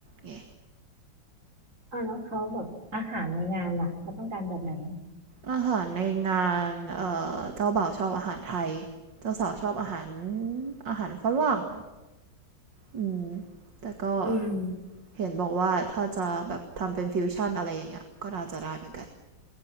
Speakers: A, on the right; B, on the right.
A: ไง
B: อ่าแล้วเขาแบบอาหารในงานล่ะเขาต้องการแบบไหน
A: อาหารในงานเอ่อเจ้าบ่าวชอบอาหารไทยเจ้าสาวชอบอาหารอาหารฝรั่งอืมแต่ก็
B: อืม
A: เห็นบอกว่าถ้าจะแบบทำเป็นฟิวชั่นอะไรอย่างเงี้ยก็น่าจะได้เหมือนกัน